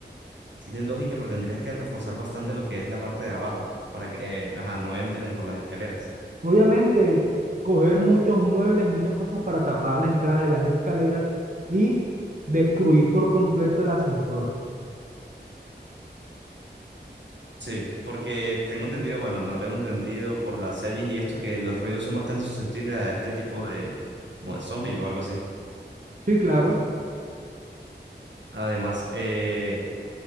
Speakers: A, on the right; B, on the right.
A: tiene lógica, pero tendrías que reforzar bastante lo que es la parte de abajo para que ajá, no entren por las escaleras.
B: Obviamente, coger muchos muebles y muchas cosas para tapar la entrada de las escaleras y destruir por completo el ascensor.
A: Sí, porque tengo entendido, bueno, no tengo entendido por las series y esto que los ruidos son bastante susceptibles a este tipo de, como de zombies o algo así.
B: Sí, claro.
A: Además, eh,